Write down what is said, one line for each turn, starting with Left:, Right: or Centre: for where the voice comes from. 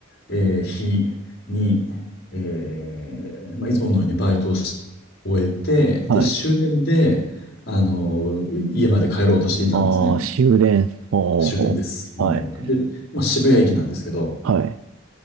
Left: えー日に、えー、まあ、いつものようにバイトをし終えて、
Right: はい。
Left: で、終電で、あの、家まで帰ろうとしていたんですね。
Right: ああ終電。おー、
Left: 終点です。もう、
Right: はい。
Left: で、まあ、渋谷駅なんですけど、
Right: はい。